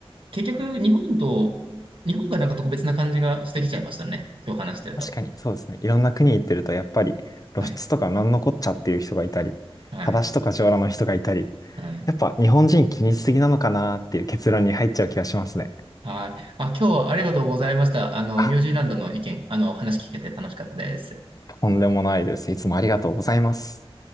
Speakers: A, on the right; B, on the left.
A: 結局日本と、日本がなんか特別な感じがしてきちゃいましたね。今日話してると。
B: 確かに、そうですね。いろんな国行ってると、やっぱり露出とかなんのこっちゃっていう人がいたり、
A: はい。はい。
B: 裸足とか上裸の人がいたり、
A: はい。
B: やっぱ日本人気にしすぎなのかなっていう結論に入っちゃう気がしますね。
A: はい。あ、今日はありがとうございました。あの、
B: あ、
A: ニュージーランドの意見、あの、話聞けて楽しかったです。
B: とんでもないです。いつもありがとうございます。